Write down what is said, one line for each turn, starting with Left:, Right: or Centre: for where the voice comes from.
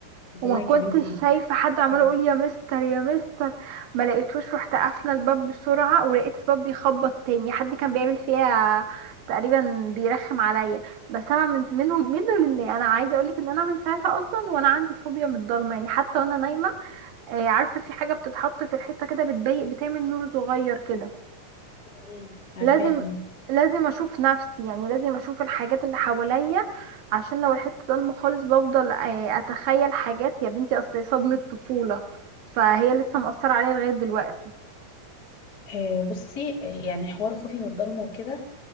Left: زمانك
Right: وما كنتش
Left: يا بنتي
Right: شايفة حد عمال
Left: آه،
Right: يقول يا مستر يا مستر ما لقيتوش رحت قافلة الباب بسرعة ولقيت الباب بيخبط تاني حد كان بيعمل فيها تقريبا بيرخم عليا بس انا من منه منه لله انا عايزه اقولك ان انا من ساعتها اصلا وانا عندي فوبيا من الضلمه يعني حتى وانا نايمه آه، عارفه في حاجه بتتحط في الحيطه كده بتضيق بتعمل نور صغير كده
Left: مم. عارفاها
Right: لازم
Left: دي
Right: لازم اشوف نفسي يعني لازم اشوف الحاجات اللي حواليا عشان لو الحته ضلمه خالص بفضل آه، اتخيل حاجات يا بنتي اصل هي صدمه طفوله فهي لسه مأثره عليا لغايه دلوقتي
Left: آه بصي آه، يعني حوار خوفي من الضلمه وكده